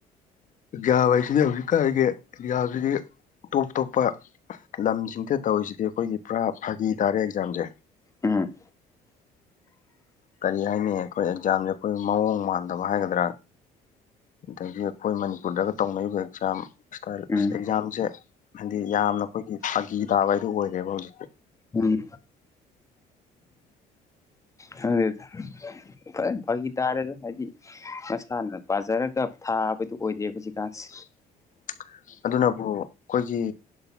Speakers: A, on the left; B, on the left.
A: ꯒ꯭ꯌꯥꯕꯥꯏ ꯁꯤꯖꯤꯟꯅꯕ ꯍꯧꯖꯤꯛꯀꯥꯟꯒꯤ ꯒ꯭ꯌꯥꯖꯤꯗꯤ ꯇꯣꯞ ꯇꯣꯞꯄ ꯂꯝꯁꯤꯡꯗ ꯇꯧꯔꯤꯁꯤꯗꯤ ꯑꯩꯈꯣꯏꯒꯤ ꯄꯨꯔꯥ ꯐꯥꯒꯤ ꯇꯥꯔꯦ ꯑꯦꯛꯖꯥꯝꯁꯦ
B: ꯎꯝ
A: ꯀꯔꯤ ꯍꯥꯏꯅꯤ ꯑꯩꯈꯣꯏ ꯑꯦꯛꯖꯥꯝꯖꯦ ꯑꯩꯈꯣꯏ ꯃꯑꯣꯡ ꯃꯥꯟꯗꯕ ꯍꯥꯏꯒꯗ꯭ꯔꯥ ꯑꯗꯒꯤ ꯑꯩꯈꯣꯏ ꯃꯅꯤꯄꯨꯔꯗꯒ ꯇꯧꯅꯔꯤꯕ ꯑꯦꯛꯖꯥꯝ ꯏꯁꯀꯥꯏꯜ
B: ꯎꯝ
A: ꯁ ꯑꯦꯛꯖꯥꯝꯁꯦ ꯍꯥꯏꯗꯤ ꯌꯥꯝꯅ ꯈꯣꯏꯒꯤ ꯐꯥꯒꯤ ꯇꯥꯕ ꯍꯥꯏꯗꯨ ꯑꯣꯏꯔꯦꯕ ꯍꯧꯖꯤꯛꯇꯤ
B: ꯎꯝ ꯈꯪꯗꯦꯗ ꯐꯖꯅ ꯐꯥꯒꯤ ꯇꯥꯔꯦꯗ ꯍꯥꯏꯗꯤ ꯃꯁꯥꯅ ꯄꯥꯖꯔꯒ ꯊꯥꯕꯗꯨ ꯑꯣꯏꯗꯦ ꯍꯧꯖꯤꯀꯥꯟꯁꯤ
A: <unintelligible> ꯑꯗꯨꯅꯕꯨ ꯑꯩꯈꯣꯏꯒꯤ